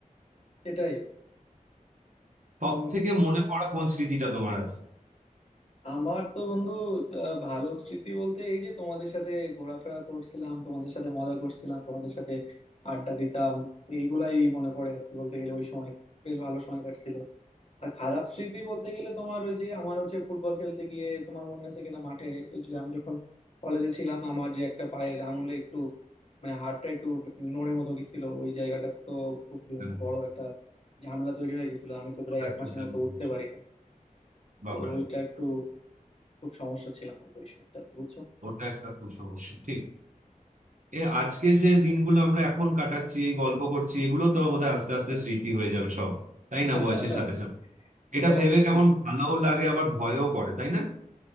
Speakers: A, on the left; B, on the right.
A: সেটাই
B: সব
A: উম,
B: থেকে মনে পড়া কোন স্মৃতিটা তোমার আছে
A: আমার তো বন্ধু আহ, ভালো স্মৃতি বলতে এই যে তোমাদের সাথে ঘোরাফেরা করছিলাম তোমাদের সাথে মজা করছিলাম তোমাদের সাথে আড্ডা দিতাম এইগুলাই মনে পড়ে আর কি বলতে গেলে ওই সময় বেশ ভালো সময় কাটছিল আর খারাপ স্মৃতি বলতে গেলে তোমার ওই যে আমার হচ্ছে ফুটবল খেলতে গিয়ে তোমার মনে আছে কিনা মাঠে ওই যে আমি যখন কলেজে ছিলাম আমার যে একটা পায়ের আঙুলে একটু মানে হাড়টা একটু নড়ে মতো গেছিল ওই জায়গাটাতে তো খুব
B: হ্যাঁ,
A: বড় একটা ঝামেলা তৈরি হয়ে গেছিল আমি তো প্রায়
B: ওটা
A: এক
B: একটা
A: মাসের
B: ঝামেলা।
A: মতো উঠতে পারি নাই।
B: বাবারে
A: তো ওইটা একটু খুব সমস্যা ছিলাম বন্ধু ওই সময়টাতে বুঝছো
B: ওটা একটা খুব সমস্যা ঠিক এ আজকে যে দিনগুলো আমরা এখন কাটাচ্ছি এই গল্প করছি এগুলো তো বোধহয় আস্তে আস্তে স্মৃতি হয়ে যাবে সব তাই
A: <laughs>
B: না বয়সের সাথে সাথে
A: সে
B: এটা
A: তো
B: ভেবে
A: অবশ্যই
B: কেমন ভালোও লাগে আবার ভয়ও করে তাই না